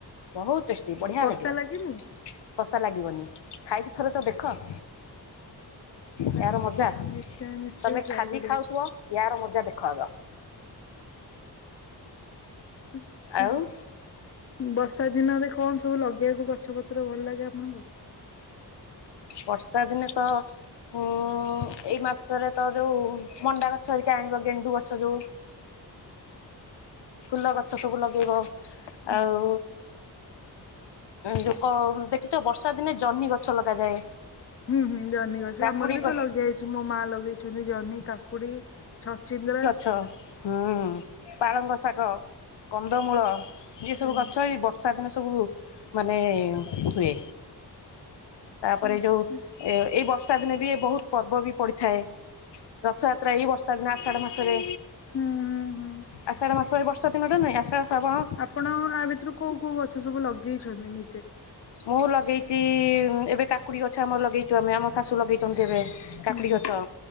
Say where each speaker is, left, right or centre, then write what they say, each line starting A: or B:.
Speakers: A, on the left; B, on the left.
A: ବଞହୁତ ଟେଷ୍ଟି ବଢ଼ିଆ
B: କଷା
A: ଲାଗିବ
B: ଲାଗେନି
A: କଷା ଲାଗିବନି ଖାଇକି ଥରେ ତ ଦେଖ। ୟାର
B: ଆଚ୍ଛା
A: ମଜା
B: ନିଶ୍ଚୟ ନିଶ୍ଚୟ
A: ତମେ
B: ଟ୍ରାଏ
A: ଖାଲି
B: କରିବା
A: ଖାଉ ଥିବ ୟାର ମଜା ଦେଖ ଆଗ।
B: ଆ ଛା।
A: ଆଉ
B: ବର୍ଷା ଦିନରେ କଣ ସବୁ ଲଗେଇବାକୁ ଗଛ ପତ୍ର ଭଲ ଲାଗେ ଆପଣଙ୍କୁ?
A: ବର୍ଷା ଦିନେ ତ ଉଁ ଏଇ ମାସରେ ତ ଯୋଉ ମଣ୍ଡା ଗଛ ହେରିକି ଆଣିବ ଗେଣ୍ଡୁ ଗଛ ଯୋଉ
B: ହ
A: ଫୁଲ ଗଛ ସବୁ ଲଗେଇବ।
B: ହୁଁ।
A: ଆଉ ଯୋଉ କ ଦେଖିଚ ବର୍ଷା ଦିନେ ଜହ୍ନି ଗଛ ଲଗାଯାଏ।
B: ହୁଁ ହୁଁ ଜନି ଗ ଛ
A: କାକୁଡି
B: ଆମର ବି
A: ଗ
B: ତ ଲଗେଇଆଇଚି ମୋ ମା ଲଗେଇଛନ୍ତି ଜହ୍ନି କାକୁଡି ଛଚିନ୍ଦ୍ରା
A: ଛ ହୁଁ ପାଳଙ୍ଗ ଶାଗ କନ୍ଦମୂଳ
B: ଆଜ୍ଞା
A: ଇଏ ସବୁ ଗଛ ଏଇ ବ ସଦିନ ସବୁ ମାନେ ହୁଏ। ପରେ
B: ଆଚ୍ଛା।
A: ଯୋଉ ଏ ଏଇ ବର୍ଷା ଦିନେ ବି ବହୁତ ପର୍ବ ବି ପଡିଥାଏ। ରଥଯାତ୍ରା ଏଇ ବର୍ଷା ଦିନ ଆଷାଢ ମାସରେ।
B: ହୁଁ ହୁଁ ହୁଁ।
A: ଆଷାଢ ମାସ ଏଇ ବର୍ଷା ଦିନରେ ନୁହେଁ ଆଷାଢ଼ ଶ୍ରାବଣ।
B: ଆପଣ ଆ ଭିତରୁ କୋଉ କୋଉ ଗଛ ସବୁ ଲଗେଇଛନ୍ତି ନିଜେ?
A: ମୁଁ ଲଗେଇଚି ଏବେ କାକୁଡି ଗଛ ଆମର ଲଗେଇଚୁ ଆମେ ଆମ ଶାଶୁ ଲଗେଇଚନ୍ତି ଏବେ। କାକୁଡି
B: ହୁଁ
A: ଗଛ